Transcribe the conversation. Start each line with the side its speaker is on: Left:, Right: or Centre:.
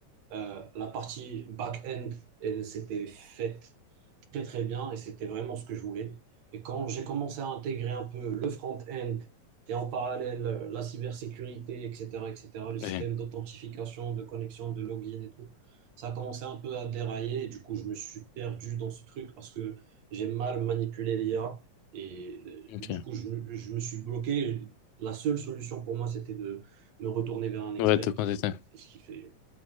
Right: euh, la partie back-end, elle s'était faite très très bien et c'était vraiment ce que je voulais. Et quand j'ai commencé à intégrer un peu le front-end et en parallèle euh, la cybersécurité, etc., etc., le système
Left: Ouais,
Right: d'authentification, de connexion, de login et tout, ça a commencé un peu à dérailler. Et du coup, je me suis perdu dans ce truc parce que j'ai mal manipulé l'IA et euh,
Left: ok.
Right: du coup, je me, je me suis bloqué. La seule solution pour moi, c'était de me retourner vers un expert
Left: Ouais, de quoi
Right: qui,
Left: t'étais.
Right: qui fait.